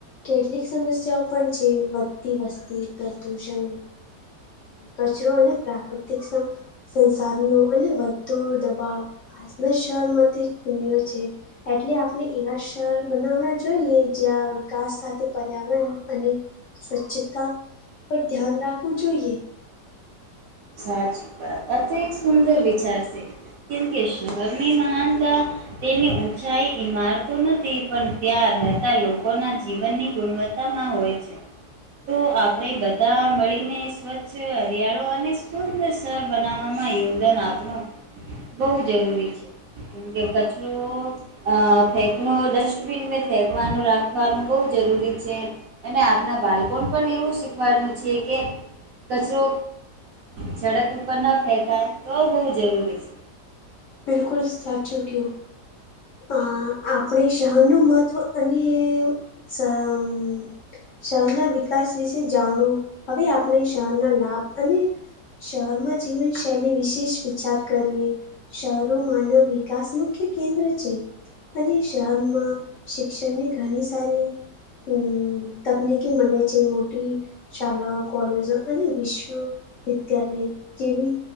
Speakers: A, on the left; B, on the right.
A: કેટલીક સમસ્યાઓ પણ છે, વધતી વસ્તી, પ્રદુષણ, કચરો અને પ્રાકૃતિક સં-સંસાધનો અને વધતો દબાવ, આજના શહેરમાં તે ચૂનઓ છે. એટલે આપણે એવા શહેર બનાવવા જોઈએ જ્યાં વિકાસ સાથે પર્યાવરણ અને સ્વચ્છતા પર ધ્યાન રાખવું જોઈએ.
B: સાચી વાત અતી એક સુુંદર વિચાર છે. કેમ કે શહેરની મહાનતા તેની ઊંચાઈ ઈમારત નથી પણ ત્યાં રહેતા લોકોના જીવનની ગુણવત્તામાં હોય છે. તો આપણે બધા મળીને સ્વચ્છ હરિયાળો અને સુંદર સરર બનાવવામાં યોગદાન આપનું બહુ જરૂરી છે એમ કે કચરો અ ફેકનો ડસ્ટબિન ફેંકવાનું રાખવાનું બહુ જરૂરી છે. અને આપના બાળકો પણ એવું શીખવાનું છે કે કચરો છડક ઉપર ન ફેકાય તો બહુ જરૂરી છે
A: બિલકુલ સાચું કયું અ આપણે શહરનું મહત્વ અને <unintelligible> શહેરના વિકાસ વિશે જાણવું હવે આપણે શહરના લાભ અને શહેરમાં જીવનશૈલી વિશેષ વિચાર કરીએ શરૂ માનવ વિકાસ મુખ્ય કેન્દ્ર છે અને શહેરમાં શિક્ષણની ઘણી સારી હમ્મ તમને કે મને જે મોટી શાળાઓ કોલેજો અને વિશ્વ વિદ્યાલય જેવી